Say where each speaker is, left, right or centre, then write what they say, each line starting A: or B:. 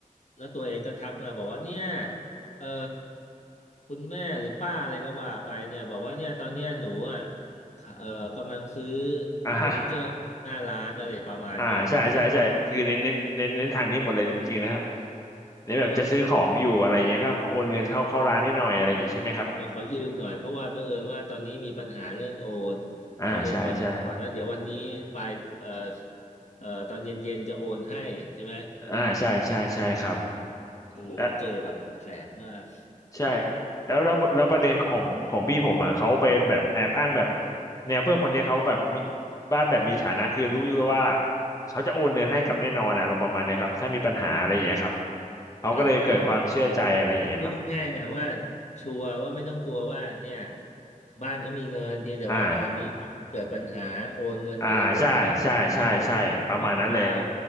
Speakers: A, on the left (about 55°); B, on the left (about 25°).
A: แล้วตัวเองก็ทักมาบอกว่าเนี่ยเออคุณแม่หรือป้าอะไรก็ว่าไปเนี่ยบอกว่าเนี่ยตอนเนี้ยหนูอ่ะค่ะเออกำลังซื้อ
B: อ่าฮะ
A: เฟอร์นิเจอร์หน้าร้านอะไรประมาณเนี้ยแต่ขาด
B: อ่าใช่ใช่ใช่คือเน้นเน้นเน้นเน้นทางนี้หมดเลยจริงๆนะครับ
A: เนี่ย
B: เน้นแบบจะซื้อของอยู่อะไรเงี้ยก็โอนเงินเข้าเข้าร้านให้หน่อยอะไรอย่างงี้ใช่ไหมครับ
A: เออ เออขอยืมหน่อยเพราะว่าเผอิญว่าตอนนี้มีปัญหาเรื่องโอน
B: อ่าใช่ใช่
A: ก็เลยขอยืมก่อนแล้วเดี๋ยววันนี้ปลายเอ่อเอ่อตอนเย็นๆจะโอนให้ใช่ไหม
B: อ่าใช่ใช่ใช่ครับ
A: โอ้โหเจอแบบแสบมาก
B: และ ใช่แล้วแล้วแล้วประเด็นของของพี่ผมอ่ะเขาไปแบบแอบอ้างแบบแนวเพื่อนคนเนี้ยเขาแบบมีบ้านแบบมีฐานะคือรู้อยู่แล้วว่าเขาจะโอนเงินให้กับแน่นอนอ่ะเราประมาณเนี้ยครับถ้ามีปัญหาอะไรอย่างเงี้ยครับเขาก็เลยเกิดความเชื่อใจอะไรอย่างเงี้ยครับ
A: ครับครับพูดง่ายๆเนี่ยว่าชัวร์ว่าไม่ต้องกลัวว่าเนี่ยบ้านเขามีเงินเพียงแต่ว่าตอนนี้มันเกิดปัญหาโอนเงินในระบบมันได้อะไรเนี่ยชั่วคราว
B: อ่าอ่าใช่ใช่ใช่ใช่ประมาณนั้นเลย